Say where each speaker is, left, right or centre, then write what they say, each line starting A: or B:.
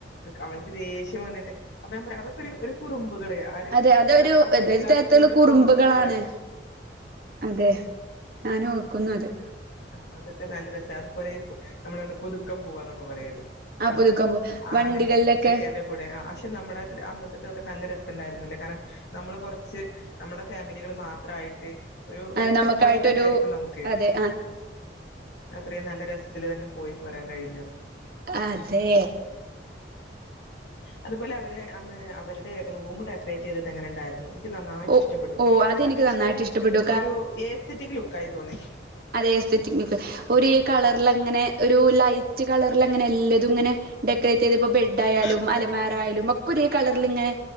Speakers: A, on the left (about 70°); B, on the right (about 55°).
A: അവൾക്ക് ദേഷ്യം വന്നിട്ട് അപ്പ ഞാൻ പറയാ അതൊക്കെ ഒരു കുറുമ്പുകള് ഒരു
B: അതെ അതൊരു
A: നമ്മളാ കുട്ടിക്കാലത്തിലോട്ട്
B: അതൊരു തരത്തിലുള്ള കുറുമ്പുകളാണ്.
A: പോകുന്നത് പോലെ
B: അതെ, ഞാനു ഓർക്കുന്നു അത്.
A: ആഹ് അതൊക്കെ നല്ല രസ അത് പോലെ ഇപ് നമ്മളണ്ട് പുതുക്കം പോവാന്നൊക്കെ പറയല്ലോ.
B: ആ
A: ആഹ്
B: പുതുക്കം പോ
A: ആണിൻ്റെ
B: വണ്ടികളിലൊക്കെ
A: ചെക്കൻ്റെ കൂടെ ആഹ് പക്ഷെ നമ്മടെ തി <unintelligible> അന്നത്തെതൊക്കെ നല്ല രസംണ്ടായിരുന്നുന്നല്ലേ. കാരണം നമ്മള് കൊറച്ച് നമ്മുടെ ഫാമിലികള് മാത്രായി <unintelligible> ഒരു
B: അത്
A: ഒരു ട്രിപ്പ്
B: നമുക്കായിട്ടൊരു
A: വയ്ബെന്നെ ആയിരിക്കും നമുക്ക്
B: അതെ
A: അത്രയും നല്ല രസ്ത്തില് തന്നെ പോയി പോരാൻ കഴിഞ്ഞു.
B: അതെ
A: അതുപോലെ അവരെ അന്ന് അവരുടെ റൂമ് ഡെക്കറേറ്റ് ചെയ്തത് എങ്ങനെണ്ടായിരുന്നു. ക്ക് നന്നായിട്ട്
B: ഓ
A: ഇഷ്ടപ്പെട്ടു.
B: ഓ അതെനിക്ക്
A: അത്യാവശ്യൊരു
B: നന്നായിട്ട് ഇഷ്ടപ്പെട്ടു
A: ഒരു ഏസ്തറ്റിക് ലുക്കായി തോന്നി.
B: അതെ എസ്തറ്റിക് നുക്ക് ഒര് കളറ്ലങ്ങനെ ഒരു ലൈറ്റ് കളർലങ്ങനെ എല്ലത് തുങ്ങനെ ഡെക്കറേറ്റെയ്തപ്പൊ ബെഡായാലും
A: ആ
B: അലമാറായാലും ഒക്കെ ഒരേ കളർല്ങ്ങനെ